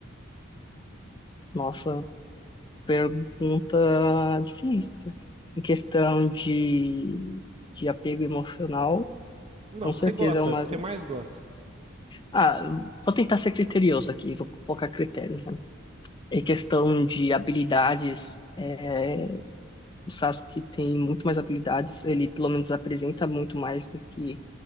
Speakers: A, on the left; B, on the right.
A: Nossa, pergunta difícil. Em questão de, de apego emocional,
B: Não,
A: com
B: o que
A: certeza
B: você gosta,
A: é o Naruto.
B: o que você mais gosta.
A: Ah, vou tentar ser criterioso aqui, vou colocar critérios, né? Em questão de habilidades, é, o Sasuke tem muito mais habilidades, ele pelo menos apresenta muito mais do que,